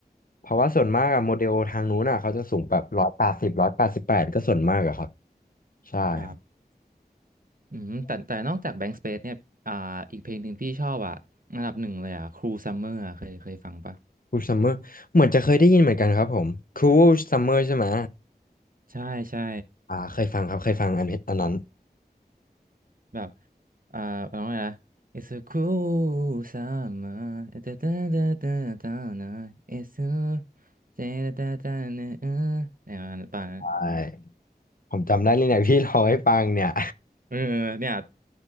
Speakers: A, on the left; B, on the right.
A: เพราะว่าส่วนมากอะโมเดลทางนู้นอะเขาจะสูงแบบร้อยแปดสิบร้อยแปดสิบแปดก็ส่วนมากอะครับใช่ครับ
B: ครับอืมแต่แต่นอกจาก Bank Space เนี่ยอ่าอีกเพลงหนึ่งพี่ชอบอ่ะอันดับหนึ่งเลยอ่ะ Cruel Summer อะเคยเคยฟังปะ
A: ูซัมเมอร์เหมือนจะเคยได้ยินเหมือนกันครับผมคูซัมเมอร์ใช่ไหม
B: ใช่ใช่
A: อ่าเคยฟังครับเคยฟังอันนี้อันนั้น
B: แบบ อ่าร้องไงนะ It's a cool summer ตาตาตาตาตานะ It's a ตาตาตานะเออเนี่ยมันป่ะนะ
A: ใช่ผมจำได้เลยเนี่ยพี่ร้องให้ฟังเนี่ย
B: เออเนี่ย